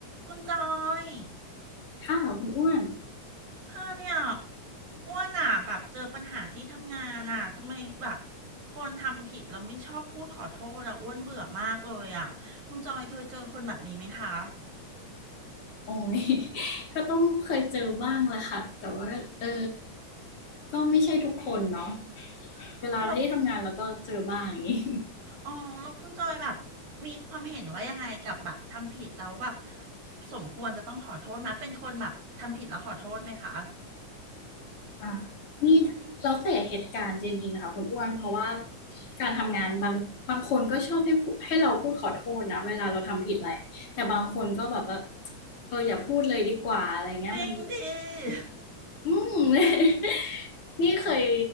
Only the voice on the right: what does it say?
คุณจอย
ค่ะเนี่ยอ้วนอ่ะแบบเจอปัญหาที่ทำงานอ่ะทำไมแบบคนทำผิดแล้วไม่ชอบพูดขอโทษอ่ะอ้วนเบื่อมากเลยอ่ะคุณจอยเคยเจอคนแบบนี้ไหมคะ
แล้วอ๋อแล้วคุณจอยแบบมีความเห็นว่ายังไงกับแบบทำผิดแล้วแบบสมควรจะต้องขอโทษไหมเป็นคนแบบทำผิดแล้วขอโทษไหมคะ
จริงดิ <laughs>